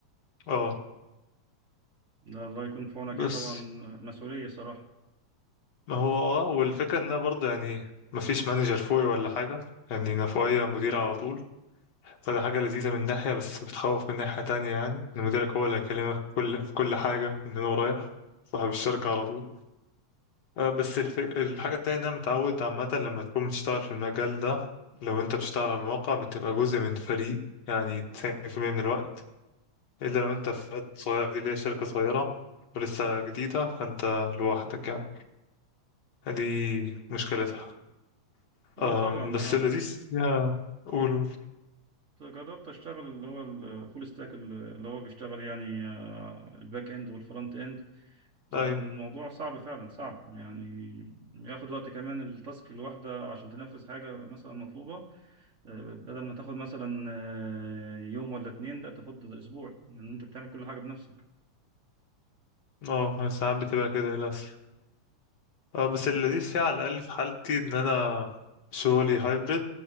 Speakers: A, on the left; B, on the right.
A: اه
B: ده الله يكون في عونك
A: بس
B: يا طبعا مسؤولية صراحة
A: ما هو اه والفكرة إن أنا برضه يعني مفيش مانجر فوقي ولا حاجة يعني أنا فوقيا مدير على طول فده حاجة لذيذة من ناحية بس بتخوف من ناحية تانية يعني إن مديرك هو اللي هيكلمك في كل في كل حاجة من هنا ورايح صاحب الشركة على طول آه، بس الف... الحاجة التانية إن أنا متعود عامة لما تكون بتشتغل في المجال ده لو أنت بتشتغل على المواقع بتبقى جزء من فريق يعني 90% من الوقت إلا لو أنت في فريق صغير دي اللي هي شركة صغيرة ولسه جديدة فأنت لوحدك يعني دي مشكلتها
B: اه
A: أم
B: طبعا انا
A: بس اللذيذ فيها قول قول
B: جربت اشتغل اللي هو الفول ستاك اللي هو بيشتغل يعني آه، الباك اند والفرونت اند بتبقى
A: أيوه
B: الموضوع صعب فعلا صعب يعني ياخد وقت كمان التاسك الواحدة عشان تنفذ حاجة مثلا مطلوبة آه، بدل ما تاخد مثلا آه، يوم ولا اتنين لا تاخد اسبوع لان انت بتعمل كل حاجة بنفسك
A: اه ساعات بتبقى كده للأسف آه، بس اللذيذ فيها على الأقل في حالتي إن أنا شغلي هايبرد